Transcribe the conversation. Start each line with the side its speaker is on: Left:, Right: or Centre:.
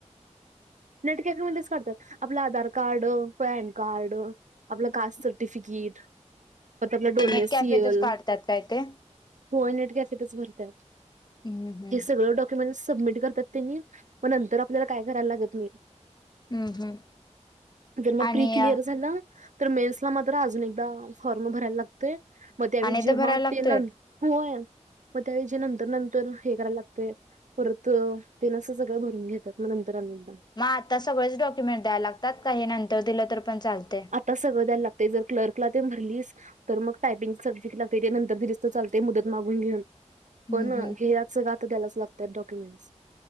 Right: नेट कॅफे मध्येच काढतात. आपलं आधार, कार्ड पॅन कार्ड आपलं कास्ट सर्टिफिकेट, परत आपला डोमेसीएल.
Left: नेट कॅफेतच काढतात काय ते
Right: होय नेट कॅफेतच भरतात.
Left: हम्म हम्म.
Right: हे सगळं डॉ क्युमेंट सबमिट करतात त्यांनी. मग नंतर आपल्याला काय करायला लागत नाही.
Left: हम्म हम्म
Right: <inaudible> ज्यानं
Left: आणि
Right: प्री क्लिअर झालं तर मेन्सला मात्र अजून एकदा फॉर्म भरायला लागतोय, मग त्यावेळी
Left: आणि एकदा
Right: जेव्हा
Left: भरायला लागतोय
Right: ते नंत होय. मग त्यावेळी जे नंतर नंतर हे करायला लागतंय. परत तेन असं सगळं भरून घेतात मग नंतर अजून एकदा.
Left: मग आता सगळेच डॉक्युमेंट द्यायला लागतात का, नंतर दिलं तरी पण चालते?
Right: आता सगळं द्यायला लागतंय. जर क्लर्कला तु भरलीस तर मग टायपिंग सर्टिफिकेट ते काय नंतर दिले तरीस चालते, मुदत मागून घेऊन.
Left: हम्म
Right: पण
Left: हम्म.
Right: हे आत सगळेच द्यायला लागता डॉक्युमेंटस.